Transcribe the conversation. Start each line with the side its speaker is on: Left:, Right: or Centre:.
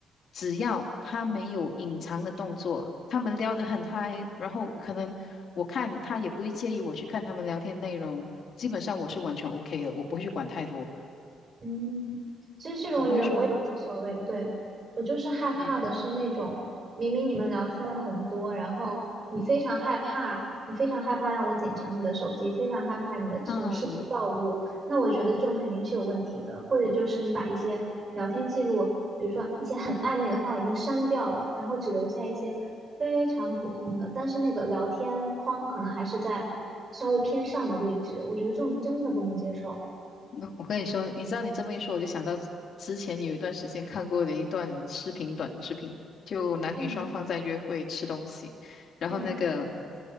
Left: 只要他没有隐藏的动作，他们聊得很嗨，然后可能我看他也不会介意我去看他们聊天内容，基本上我是完全 OK 的，我不会去管太多，
Right: 嗯，其实这种也我也无所谓，
Left: 我不会说，嗯
Right: 对，我就是害怕的是那种明明你们聊天了很多，
Left: 嗯，
Right: 然后你非常害怕，你非常害怕让我检查你的手机，非常害怕你的这种事情暴露，
Left: 啊，
Right: 那我觉得这种肯定是有问题的，或者就是你把一些聊天记录，比如说一些很暧昧的话已经删掉了，然后只留下一些非常普通的，但是那个聊天框可能还是在稍微偏上的位置，我觉得这种真的不能接受。
Left: 那我跟你说，你知道你这么一说，我就想到之前有一段时间看过的一段视频，短视频，就男女双方在约会吃东西，
Right: 嗯
Left: 然后那个。
Right: 嗯。